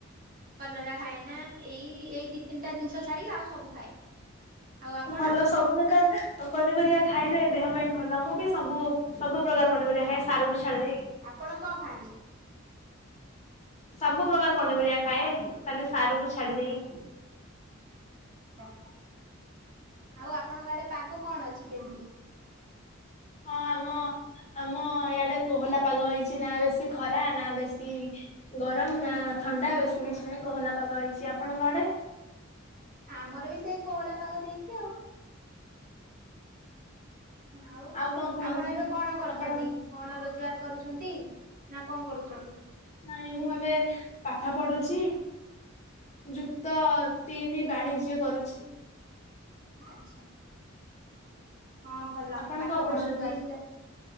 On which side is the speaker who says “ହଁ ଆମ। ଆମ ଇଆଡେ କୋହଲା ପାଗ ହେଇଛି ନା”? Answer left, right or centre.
Left